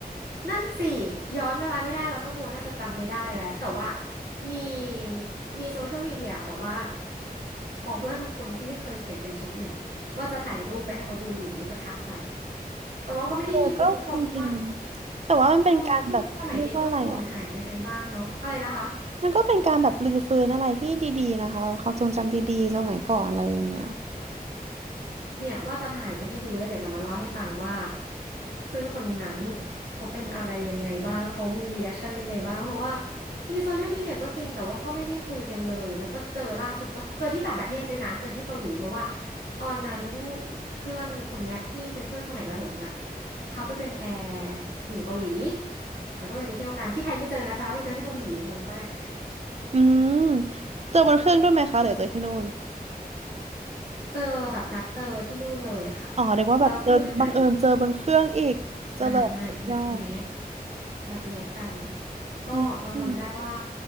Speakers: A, on the right; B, on the right.
A: นั่นสิย้อนเวลาไม่ได้แล้วเจ้าตัวน่าจะจำไม่ได้แล้วแต่ว่ามีมีโซเชียลมีเดียแบบว่าของเพื่อนบางคนที่เคยเขียนเฟรนด์ชิพอยู่นะว่าจะถ่ายรูปไปให้เขาดูอยู่แล้วก็ทักไปแต่ว่าก็ไม่ได้มีครบทุกคนเพราะว่า
B: เออก็จริงๆแต่ว่ามันเป็นการแบบเรียกว่าอะไรอ่ะ
A: เออสมัยเด็กก็หล่นหายไปกันบ้างเนาะอะไรนะคะ
B: มันก็เป็นการแบบรื้อฟื้นอะไรที่ดีๆนะคะแบบความทรงจำดีๆสมัยก่อนอะไรอย่างเงี้ย
A: เนี่ยว่าจะถ่ายไปให้ดูแล้วเดี๋ยวจะมาเล่าให้ฟังว่าเพื่อนคนนั้นเขาเป็นอะไรยังไงบ้างเขามีรีแอคชั่นยังไงบ้างเพราะว่ามีโซเชียลมีเดียก็จริงแต่ว่าก็ไม่ได้คุยกันเลยแล้วก็เจอล่าสุดว่าเจอที่ต่างประเทศด้วยนะเจอที่เกาหลีเพราะว่าตอนนั้นเพื่อนคนเนี้ยที่เป็นเพื่อนสมัยประถมอ่ะเขาไปเป็นแอร์อยู่เกาหลีแล้วก็เลยไปเที่ยวกันที่ไทยไม่เจอนะจ๊ะไปเจอที่เกาหลีงงมาก
B: อืมเจอบนเครื่องด้วยไหมคะหรือเจอที่นู่น
A: อืมเจอแบบนัดเจอที่นู่นเลยอะค่ะ
B: อ๋อเรียกว่าแบบเจอบังเอิญเจอบนเครื่องอีกเจอแบบสุดยอด
A: เราเพื่อนอ่ะ ไม่ไม่นัดแนะนัดแนะกันก็เราจำได้ว่า
B: อืมอืม <laughs>